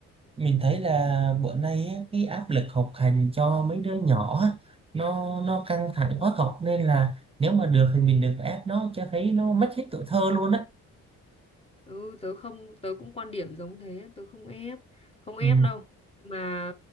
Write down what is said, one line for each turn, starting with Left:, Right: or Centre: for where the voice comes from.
Right: mình thấy
Left: ừ.
Right: là bữa nay á, cái áp lực học hành cho mấy đứa nhỏ á, nó nó căng thẳng khó học nên là nếu mà được thì mình đừng có ép nó cho thấy nó mất hết tuổi thơ luôn á
Left: Ừ, tớ không tớ cũng quan điểm giống thế tớ không ép không ép
Right: ừ,
Left: đâu mà